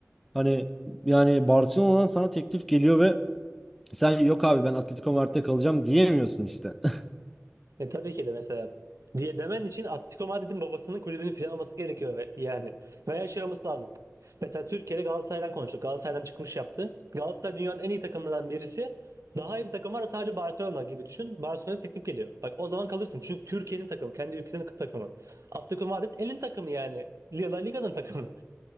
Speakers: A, in the centre; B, on the right.
A: Hani yani Barcelona'dan sana teklif geliyor ve sen yok abi ben Atletico Madrid'de kalacağım diyemiyorsun işte. <laughs>
B: E, tabii ki de mesela diye demen için Atletico Madrid'in babasının kulübünün filan olması gerekiyor ve, yani. Veya şey olması lazım. Mesela Türkiye'de Galatasaray'dan konuştuk. Galatasaray'dan çıkmış yaptı. Galatasaray dünyanın en iyi takımlarından birisi. Daha iyi bir takım var sadece Barcelona gibi düşün. Barcelona'ya teklif geliyor. Bak o zaman kalırsın. Çünkü Türkiye'nin takımı. Kendi ülkesinin takımı. Atletico Madrid elin takımı yani. La Liga'nın takımı.